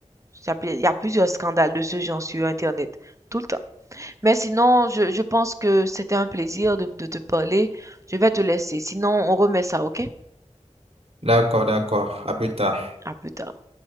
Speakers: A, on the right; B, on the right.
A: Ça peut- Il y a plusieurs scandales de ce genre sur Internet, tout le temps. Mais sinon, je, je pense que c'était un plaisir de, de te parler. Je vais te laisser. Sinon, on remet ça, ok?
B: D'accord, d'accord. À plus tard.
A: À plus tard.